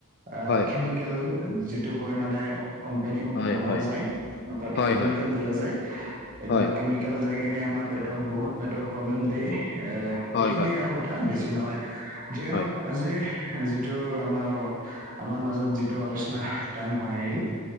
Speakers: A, on the right; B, on the left.
A: আহ
B: হয়
A: কেমিকেল যিটো কয় মানে কোম্পেনীত
B: হয়
A: বনোৱা
B: হয়
A: যায়। তাতে
B: হয়
A: কেমিকেল
B: হয়
A: দিয়া যায় এইবিলাক
B: হয়
A: কেমিকেল যাই কিনে আমাৰ পেটত বহুত পেটত প্ৰব্লেম দিয়ে,
B: হয়
A: এইখিনি
B: হয়
A: আৰু কথা বেছি নহয়। যিয়ে
B: হয়
A: নহওক আজি যিটো আমাৰ আমাৰ মাজত যিটো আলোচনা টাইম হৈ আহিল।